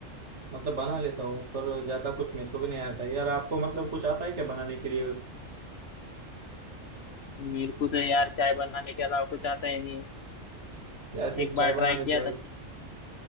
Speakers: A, on the right; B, on the left.
A: मतलब बना लेता हूँ पर ज्यादा कुछ मेरे को भी नहीं आता यार आपको मतलब कुछ आता है क्या बनाने के लिए
B: मेरे को तो यार चाय बनाने के अलावा कुछ आता ही नहीं
A: यार सिर्फ
B: एक बार
A: चाय
B: ट्राई
A: बना लेते
B: किया
A: हो
B: था चिक